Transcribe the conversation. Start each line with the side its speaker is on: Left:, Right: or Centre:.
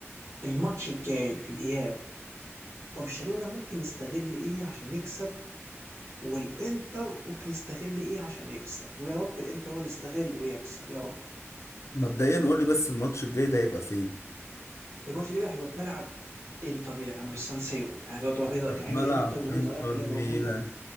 Right: الماتش الجاي في الاياب برشلونة ممكن يستغل ايه عشان يكسب والانتر ممكن يستغل ايه عشان يكسب ويا رب الانتر هو اللي يستغل ويكسب يا رب
Left: مبدئيا قول لي بس الماتش الجاي ده هيبقى فين
Right: الماتش كده هيبقى في ملعب انتر ميلان هيبقى في السان سيرو يعني تبقى تبقى
Left: في
Right: في جماهير
Left: ملعب
Right: الانتر جماهير
Left: انتر
Right: ايطاليا كلها
Left: ميلان
Right: موجودة